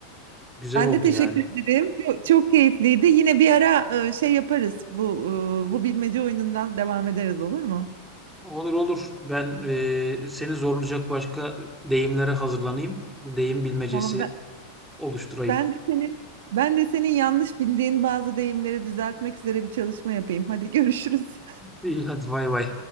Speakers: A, in the centre; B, on the right (about 80°).
A: Güzel
B: Ben
A: oldu
B: de teşekkür
A: yani.
B: ederim. Çok, çok keyifliydi. Yine bir ara e, şey yaparız. Bu e, bu bilmece oyunundan devam ederiz olur mu?
A: Olur olur. Ben e, seni zorlayacak başka deyimlere hazırlanayım. Deyim bilmecesi
B: Tamam ben,
A: oluşturayım.
B: ben de senin ben de senin yanlış bildiğin bazı deyimleri düzeltmek üzere bir çalışma yapayım. Hadi görüşürüz.
A: İyi hadi vay vay.